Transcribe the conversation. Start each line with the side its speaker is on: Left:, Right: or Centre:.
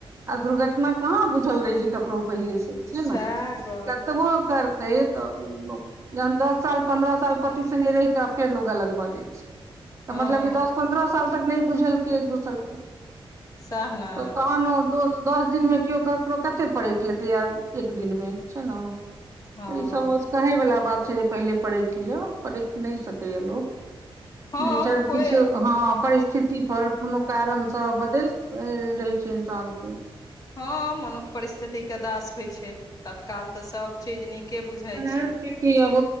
Right: आ दुर्घटना कहाँ बुझल रहै छै ककरो पहिले से छै
Left: सएह
Right: ने
Left: गप
Right: कतबो करते त जखन दस साल पन्द्रह साल पति संग रहि कऽ फेर लोक अलग भऽ जाइ छै तऽ
Left: हँ
Right: मतलब क दस पन्द्रह साल तक नहि बुझलकै एक दोसर के
Left: सएह ने
Right: तऽ तहन ओ दो दस दिन मे केओ ककरो कते परख लेतै आ एक दिन मे छै ने
Left: हँ
Right: तऽ ईसभ कहैवला बात छै जे पहिले परैख लिअ परैखि नहि सकैए लोक
Left: हँ
Right: नेचर
Left: कोइ
Right: किछु हँ परिस्थिति पर कोनो कारण बदल रहै छै इन्सान के
Left: हँ मनुख परिस्थितिक के दास होइ छै तत्काल तऽ सब चीज नीके बुझाय
Right: ओनाहु
Left: छै
Right: कि अब